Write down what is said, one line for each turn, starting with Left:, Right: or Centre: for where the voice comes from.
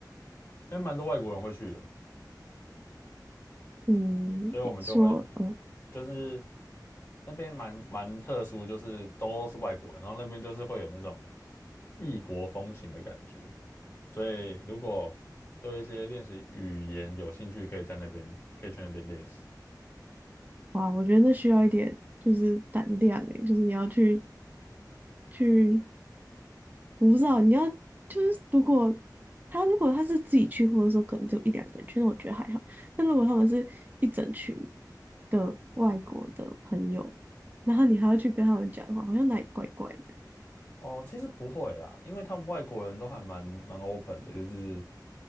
Left: 因为蛮多外国人会去的，
Right: 嗯，
Left: 所以我们就会
Right: 说，嗯，
Left: 就是那边蛮蛮特殊，就是都是外国人，然后那边就是会有那种异国风情的感觉。所以如果对一些练习语言有兴趣，可以在那边可以去那边练习。
Right: 哇，我觉得那需要一点就是胆量诶，就是你要去去我不知道，你要就是如果他如果他是自己去，或者说可能只有一两个人去，那我觉得还好。但如果他们是一整群的外国的朋友，然后你还要去跟他们讲话，好像哪里怪怪的。
Left: 哦，其实不会啦，因为他们外国人都还蛮蛮 open 的，就是